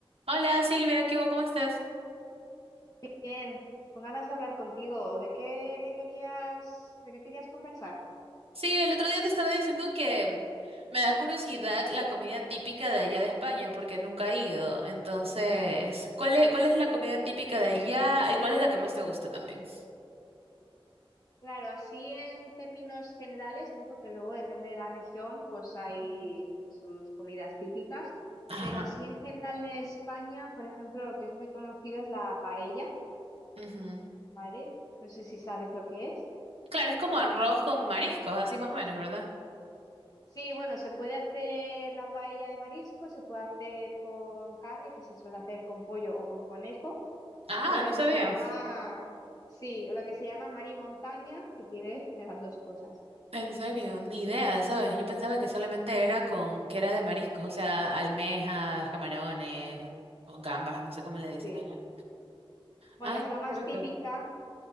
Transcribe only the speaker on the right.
Hola Silvia, ¿qué hubo? ¿Cómo estás?
Sí, el otro día te estaba diciendo que mm, me da curiosidad la comida típica de allá de España porque nunca he ido. Entonces, ¿cuál es, cuál es la comida típica de allá y cuál es la que más te gusta también?
Ujú.
Ajá.
ujú.
Claro, es como arroz con mariscos, así más o menos, ¿verdad?
Ah,
no
sabía.
En serio, ni idea, ¿sabes? Yo pensaba que solamente era con, que era de mariscos, o
sea, almejas, camarones, o gambas, no sé cómo le dicen
allá.
Ay,
qué rico.